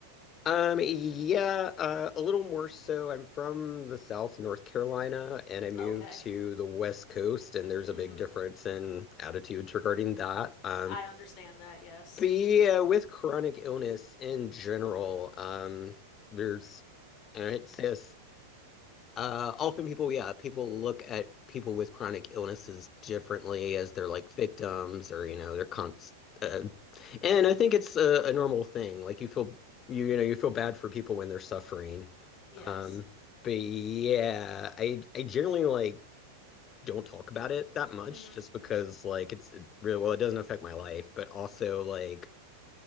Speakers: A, on the left; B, on the left.
A: Um, yeah, uh, a little more so. I'm from the South, North Carolina, and I moved
B: Okay.
A: to the West Coast, and there's a
B: Mm
A: big
B: hmm.
A: difference in attitudes regarding that. Um,
B: I understand that. Yes.
A: but yeah, with chronic illness in general, um, there's, and I'd say a uh, often people, yeah, people look at people with chronic illnesses differently as they're like victims or, you know, they're const uh, and I think it's a, a normal thing. Like you feel you, you know, you feel bad for people when they're suffering.
B: Yes.
A: Um, but yeah, I I generally like don't talk about it that much
B: Mm hmm.
A: just because like it's it really well, it doesn't affect my life, but also like